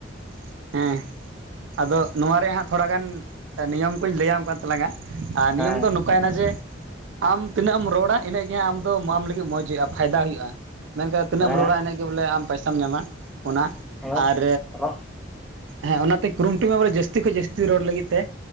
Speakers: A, on the right; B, in the centre.
A: ᱾ ᱦᱮᱸ ᱟᱫᱚ ᱱᱚᱣᱟ ᱨᱮᱭᱟᱜ ᱦᱟᱸᱜ ᱛᱷᱚᱲᱟ ᱜᱟᱱ ᱱᱤᱭᱚᱢ ᱠᱚᱧ ᱞᱟᱹᱭ ᱟᱢ ᱠᱟᱱ ᱛᱟᱞᱟᱝᱼᱟ ᱾ ᱟᱨ ᱱᱤᱭᱚᱢ
B: ᱦᱮᱸ
A: ᱫᱚ ᱚᱱ ᱠᱟ ᱱᱟ ᱡᱮ ᱟᱢ ᱛᱤᱱᱟᱹᱜ ᱮᱢ ᱨᱚᱲ-ᱟ ᱤᱱᱟᱹᱜ ᱜᱮ ᱦᱟᱸᱜ ᱟᱢ ᱫᱚ ᱮᱢᱟᱢ ᱞᱟᱹᱜᱤᱫ ᱢᱚᱡᱽ ᱦᱩᱭᱩᱜᱼᱟ ᱯᱷᱟᱭ ᱫᱟ ᱦᱩᱭᱩᱜᱼᱟ ᱾ ᱢᱮᱱ ᱠᱷᱟᱱ ᱛᱤᱱᱟᱹᱜ
B: ᱦᱮᱸ
A: ᱮᱢ ᱨᱚᱲ-ᱟ ᱤᱱᱟᱹ ᱜᱮ ᱵᱚ ᱞᱮ ᱟᱢ ᱯᱚᱭᱥᱟᱢ ᱧᱟᱢᱟ ᱾ ᱚᱱᱟ
B: ᱦᱮᱸ
A: ᱟᱨ
B: ᱨᱚᱜ
A: ᱦᱮᱸ ᱚᱱᱟ ᱛᱮ ᱠᱩᱨᱩ ᱢᱩᱴᱩ ᱢᱮ ᱵᱚ ᱞᱮ ᱡᱟᱹᱥᱛᱤ ᱠᱷᱚᱱ ᱡᱟᱹᱥᱛᱤ ᱨᱚᱲ ᱞᱟᱹᱜᱤᱫ ᱛᱮ